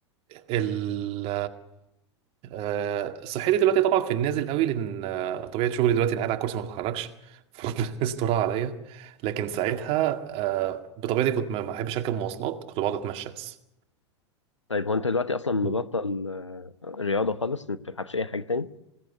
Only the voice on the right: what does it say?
ال آه، صحتي دلوقتي طبعا في النازل قوي لان آه، طبيعه شغلي دلوقتي انا قاعد على الكرسي ما بتحركش <laughs> فربنا يسترها عليا لكن ساعتها آه، بطبيعتي كنت ما ما بحبش اركب مواصلات كنت بقعد اتمشى بس
م.